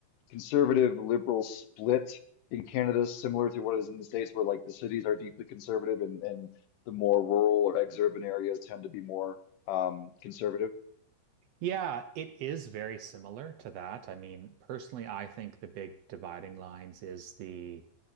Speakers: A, on the left; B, on the right.
A: conservative liberal split in Canada similar to what is in the States where like the cities are deeply conservative and and the more rural or exurban areas tend to be more um conservative
B: Yeah, it is very similar to that. I mean, personally, I think the big dividing lines is the